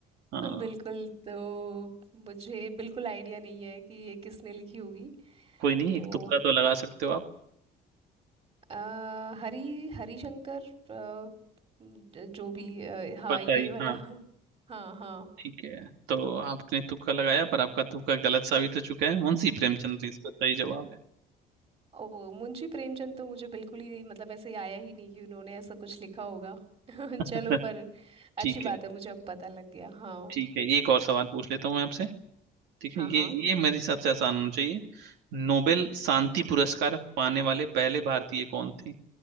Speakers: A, on the right; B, on the right.
A: हाँ
B: बिल्कुल तो मुझे बिल्कुल आइडिया नहीं है कि ये किसने लिखी होगी
A: कोई नहीं
B: तो
A: एक तुक्का तो लगा सकते हो आप
B: अ, हरी हरिशंकर अ, ज- जो भी अ, हाँ
A: परसाई
B: ये वाला
A: हाँ
B: <laughs> हाँ हाँ हाँ।
A: ठीक है तो आपने तुक्का लगाया पर आपका तुक्का गलत साबित हो चुका है मुंशी प्रेमचंद इसका सही जवाब है
B: ओ मुंशी प्रेमचंद तो मुझे बिल्कुल ही मतलब ऐसे आया ही नहीं कि उन्होंने ऐसा कुछ लिखा होगा <laughs> चलो
A: <laughs>
B: पर
A: ठीक
B: अच्छी
A: है
B: बात है मुझे अब पता लग गया हाँ
A: ठीक है एक और सवाल पूछ लेता हूँ मैं आपसे ठीक
B: हाँ
A: है ये
B: हाँ
A: ये मेरे हिसाब से आसान होना चाहिए नोबेल शांति पुरस्कार पाने वाले पहले भारतीय कौन थे